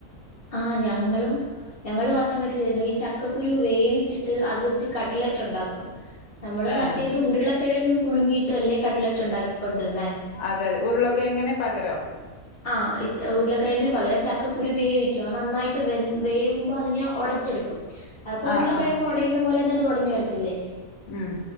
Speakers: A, on the left (about 45°); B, on the left (about 70°).
A: ആഹ് ഞങ്ങളും ഞങ്ങളും ആ സമയത്ത് ചെയ്തിട്ടുണ്ട് ഈ ചക്കക്കുരുവ് വേവിച്ചിട്ട് അത് വെച്ച് കട്ട്ലറ്റ് ഉണ്ടാക്കും നമ്മള്
B: ഏഹ്
A: മറ്റേത് ഉരുളക്കിഴങ്ങ് പുഴുങ്ങിട്ട് അല്ലേ കട്ട്ലറ്റ് ഉണ്ടാക്കിക്കൊണ്ടിരുന്നേ
B: അതെതെ ഉരുളക്കിഴങ്ങിന് പകരോ
A: ആഹ് ഉരുളക്കിഴങ്ങിന് പകരം ചക്കുരു വേവി ക്കും അത് നന്നായിട്ട് വേവുമ്പോ അങ്ങനെ ഉടച്ചെടുക്കും അത് പ്പൊ
B: ആഹ്
A: ഉരുളക്കിഴങ്ങുടയുന്ന
B: ആഹ്
A: പോലെ പിന്നെ അത് ഉടഞ്ഞു വരത്തില്ലേ
B: ഉം